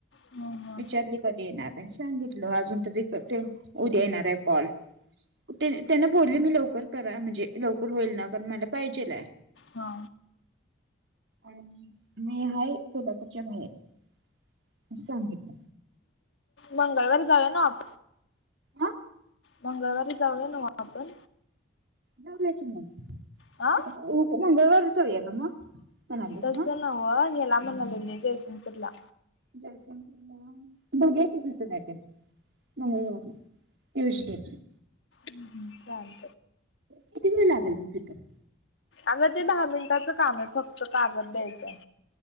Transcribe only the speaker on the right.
विचारली कधी येणार आहे सांगितलं अजून तरी <unintelligible> उद्या येणार आहे कॉल. तेन-त्यांना बोलले मी लवकर करा, म्हणजे लवकर होईल ना, कारण मला पाहिजेल.
आणि मी हाय कोल्हापूरच्या <unintelligible> असं सांगितलं
हा
जाउया कि मग,
मंगळवारी जाऊया का मग? म्हणालीस
ना
जयसिंगपूला दोघे <unintelligible> तुच का मंगळवारी. यज घ <unintelligible>
किती वेळ लागेल मग तिथं?